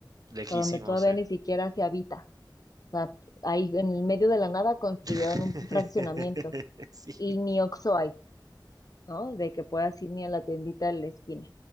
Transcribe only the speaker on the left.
a donde todavía
ni siquiera se habita. O sea, ahí en el medio de la nada construyeron
un fraccionamiento
y ni Oxo hay. ¿no? De que puedas ir ni a la tiendita de la esquina.